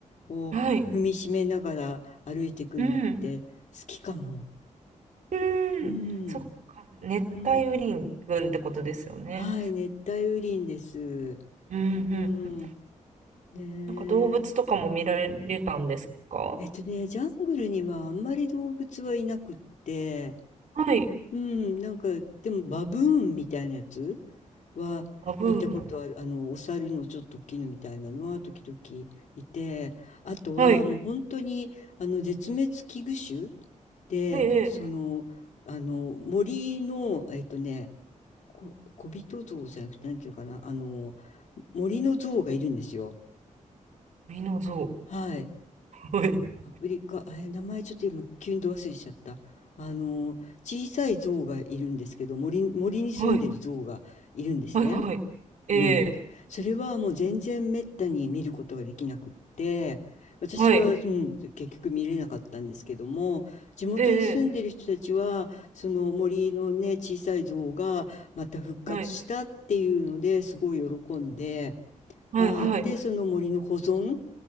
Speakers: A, on the left; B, on the right.
A: を踏みしめながら歩いていくのって好きかも。
B: うん。はい。うん。うーん、
A: うん、
B: そっか、熱帯雨林群ってことですよね。
A: うん。はい、熱帯雨林です。
B: うんうん。
A: うん、ねえ。
B: なんか動物とかも見られたんですか
A: えっとね、ジャングルにはあんまり動物はいなくって、
B: はい。
A: うん、なんかでもバブーンみたいなやつは見たことある、
B: バブーン。
A: あのお猿のちょっと大きいのみたいなのは時々いて、あとはもう本当にあの絶滅危惧種
B: はい。
A: で、
B: ええ。
A: その、あの森の、えっとね、こ、小人像じゃなくてなんていうかな、あの森の像がいるんですよ。
B: ミノゾ
A: はい。
B: ウ。はい。
A: アフリカ、え、名前ちょっと今急にど忘れしちゃった。あの、小さい象がいるんですけど、森、森に住んでる象がいるんですね。
B: はい。はい。はい。ええ。
A: うん。それはもう全然滅多に見ることができなくって、私は、
B: はい。
A: うん、結局見れなかったんですけども、地元に住んでる人たちは、
B: ええ。
A: その森のね、小さい像がまた復活したっていうのですごい喜んで、
B: はい。はい。
A: はい、
B: はい。
A: で、その森の保存